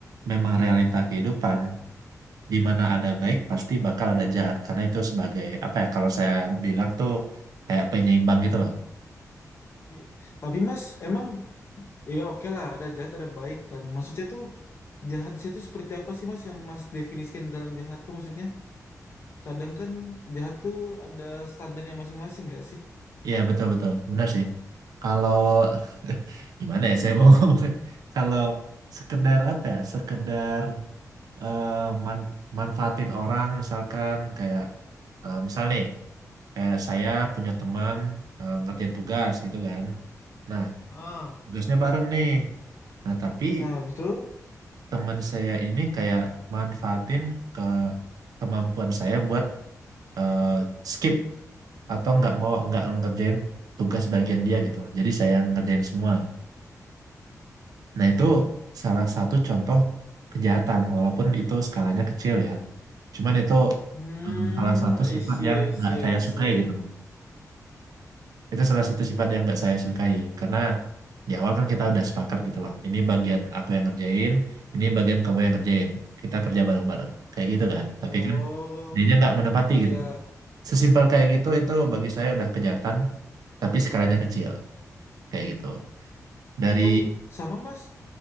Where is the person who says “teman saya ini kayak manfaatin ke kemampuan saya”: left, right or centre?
Right